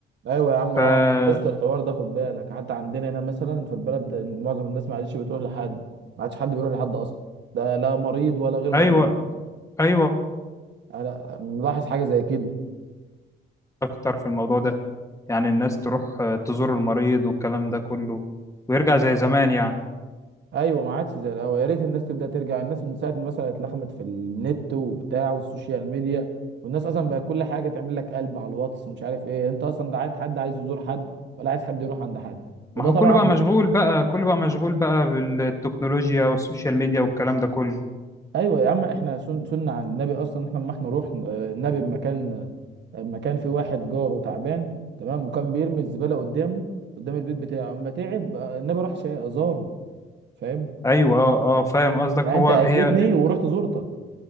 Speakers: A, on the right; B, on the left.
A: ايوه يا عم
B: ف
A: اه لاحظت الحوار ده خد بالك حتى عندنا هنا مثلا في البلد معظم الناس ما عادش بتروح لحد ما عادش حد بيروح لحد اصلا لا لا مريض ولا غير مريض
B: ايوه ايوه
A: انا ملاحظ حاجه زي كده
B: اكتر في الموضوع ده يعني الناس تروح آه، تزور المريض والكلام ده كله ويرجع زي زمان يعني
A: ايوه ما عادش زي الاول يا ريت الناس تبدا ترجع الناس من ساعه مثلا اتلخمت في النت وبتاع والسوشيال ميديا والناس اصلا بقى كل حاجه تعمل لك قلب على الواتس مش عارف ايه انت اصلا لا عايز حد عايز يزور حد ولا عايز حد يروح عند حد وده
B: ما هو
A: طبعا
B: كله بقى مشغول بقى كله بقى مشغول بقى بالتكنولوجيا والسوشيال ميديا والكلام ده كله
A: ايوه يا عم احنا سن سنة عن النبي اصلا احنا لما احنا رحنا آه، النبي بمكان مكان في واحد جاره تعبان تمام وكان بيرمي الزباله قدامه قدام البيت بتاعه اما تعب آه، النبي راح شا- زاره فاهم
B: ايوه اه اه فاهم قصدك
A: يعني
B: هو
A: انت اذيتني
B: هي
A: ورحت زورتك